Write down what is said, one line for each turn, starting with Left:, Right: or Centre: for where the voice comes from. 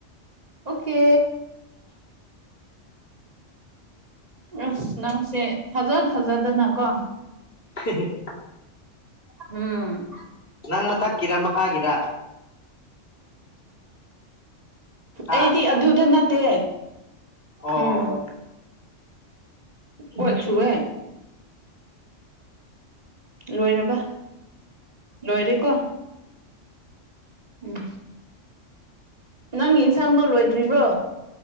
Right: ꯑꯣꯀꯦ ꯑꯁ ꯅꯪꯁꯦ ꯊꯥꯖ ꯊꯥꯖꯗꯅ ꯀꯣ
Left: <unintelligible>
Right: ꯎꯝ
Left: ꯅꯪ ꯃꯊꯛꯀꯤꯔ ꯃꯈꯥꯒꯤꯔ ꯍꯥ
Right: ꯑꯩꯗꯤ ꯑꯗꯨꯗ ꯅꯠꯇꯦ
Left: ꯑꯣ
Right: ꯎꯝ ꯀꯣꯠ ꯆꯨꯍꯦ ꯂꯣꯏꯔꯕ ꯂꯣꯏꯔꯦꯀꯣ ꯎꯝ ꯅꯪꯒꯤ ꯏꯟꯁꯥꯡꯗꯣ ꯂꯣꯏꯗ꯭ꯔꯤꯕ꯭ꯔꯣ